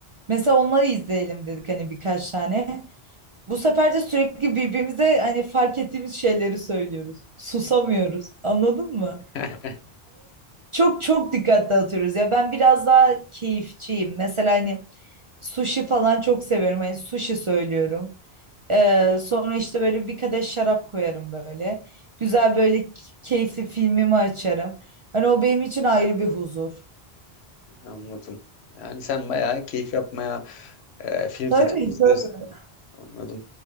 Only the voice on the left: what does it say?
<laughs>
Anladım. Yani sen bayağı keyif yapmaya e, film
seçip izliyorsun.
Anladım.